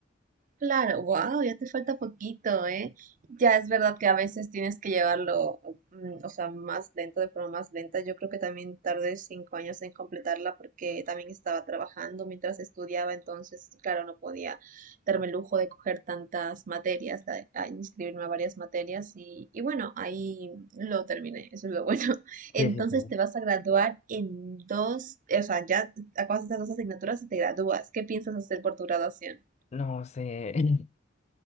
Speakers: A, on the right (about 40°); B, on the left (about 35°).
A: Claro, wow, ya te falta poquito, ¿eh? Ya es verdad que a veces tienes que llevarlo, mm, o sea, más lento, de forma más lenta. Yo creo que también tardé cinco años en completarla porque también estaba trabajando mientras estudiaba, entonces, claro, no podía darme el lujo de coger tantas materias, de- a inscribirme a varias materias y, y bueno, ahí lo terminé, eso es lo bueno. <laughs> Entonces
B: Sí, sí, sí.
A: te vas a graduar en dos, o sea, ya acabas estas dos asignaturas y te gradúas. ¿Qué piensas hacer por tu graduación?
B: No sé. <laughs>